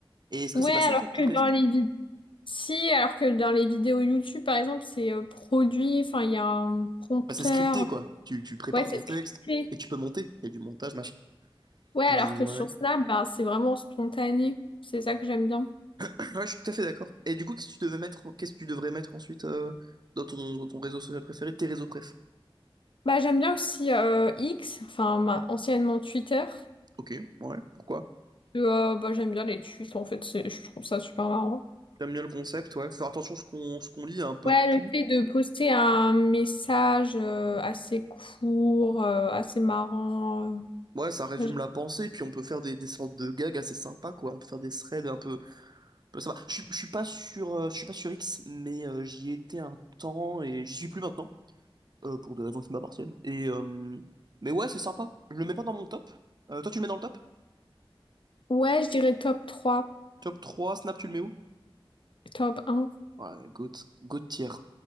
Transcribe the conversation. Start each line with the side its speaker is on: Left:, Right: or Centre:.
Right: Et est-ce
Left: Ouais,
Right: que c'est
Left: alors
Right: pas ça, toi, que
Left: que
Right: tu préfères?
Left: dans les vies. Si, alors que dans les vidéos YouTube, par exemple, c'est euh, produit, enfin, il y a un prompteur.
Right: Bah, c'est scripté, quoi. Tu, tu prépares
Left: Ouais, c'est
Right: ton
Left: scripté.
Right: texte et tu peux monter. Il y a du montage, machin.
Left: Ouais, alors
Right: Et
Left: que
Right: ouais,
Left: sur
Right: ouais.
Left: Snap, bah, c'est vraiment spontané. C'est ça que j'aime bien.
Right: Ouais, je suis tout à fait d'accord. Et du coup, qu'est-ce que tu devais mettre, qu'est-ce que tu devrais mettre ensuite euh, dans ton, dans ton réseau social préféré, tes réseaux préf.
Left: Bah, j'aime bien aussi euh, X, enfin ma- anciennement Twitter.
Right: Ok, ouais, pourquoi?
Left: Euh, bah, j'aime bien les tweets, en fait, c'est- je trouve ça super marrant.
Right: J'aime bien le concept, ouais. Faut faire attention à ce qu'on ce qu'on lit, à un peu
Left: Ouais,
Right: de tout.
Left: le fait de poster un message euh, assez court, euh, assez marrant. euh,
Right: Ouais, ça résume
Left: moi, j'ai-
Right: la pensée, puis on peut faire des, des sortes de gags assez sympas, quoi. On peut faire des threads un peu, un peu sympas. Je, suis- je suis pas sur, euh, je suis pas sur X, mais euh, j'y étais un temps et j'y suis plus maintenant, euh, pour des raisons qui m'appartiennent. Et euh, mais ouais, c'est sympa. Je le mets pas dans mon top. Euh, toi, tu le mets dans le top?
Left: Ouais, je dirais top trois
Right: Top 3 Snap, tu le mets où?
Left: top un
Right: Ouais, GOAT, GOAT tier.